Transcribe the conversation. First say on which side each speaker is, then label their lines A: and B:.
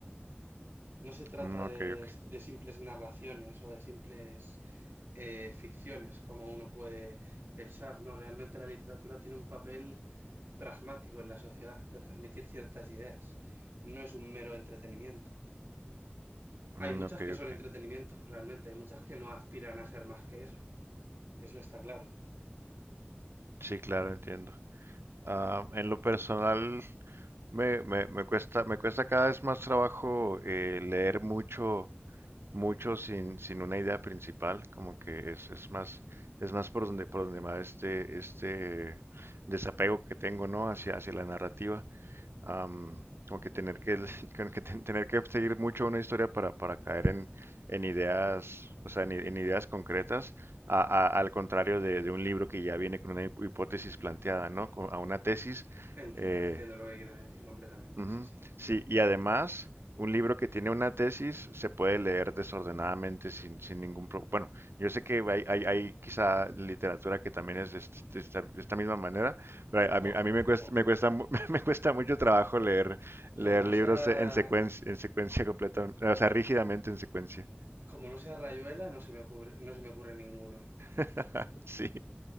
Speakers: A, on the right; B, on the right.
A: No se trata
B: Mm, ok,
A: de,
B: ok.
A: s- de simples narraciones o de simples eh, ficciones, como uno puede pensar, ¿no? Realmente la literatura tiene un papel pragmático en la sociedad, de transmitir ciertas ideas. No es un mero entretenimiento. Hay
B: Mm,
A: muchas
B: ok,
A: que son
B: ok.
A: entretenimiento, realmente. Hay muchas que no aspiran a ser más que eso. Eso está claro.
B: Sí, claro, entiendo. Ah, en lo personal, me, me, me cuesta, me cuesta cada vez más trabajo eh, leer mucho, mucho sin, sin una idea principal. Como que es, es más, es más por donde, por donde va este, este desapego que tengo, ¿no? Hacia, hacia la narrativa. am, como que tener que, <laughs> como que ten- tener que seguir mucho una historia para, para caer en, en ideas, o sea, en, i- en ideas concretas, a- a- al contrario de, de un libro que ya viene con una hip- hipótesis planteada, ¿no? Con- A una tesis,
A: Entiendo,
B: eh,
A: entiendo lo que quieres decir completamente,
B: Ujú.
A: sí, sí.
B: Sí, y además, un libro que tiene una tesis se puede leer desordenadamente sin, sin ningún problema. Bueno, yo sé que hay, hay, hay quizá literatura que también es de, est- de esta, de esta misma manera, pero a
A: Poca,
B: mí, a mí me cuesta,
A: poca.
B: me cuesta, mu- <laughs> me cuesta
A: Co-
B: mucho trabajo leer, leer
A: Como no
B: libros
A: sea,
B: en secuencia, en secuencia completa, o sea, rígidamente en secuencia.
A: como no sea Rayuela, no se me ocurre, no se me ocurre ninguno.
B: <laughs> Sí.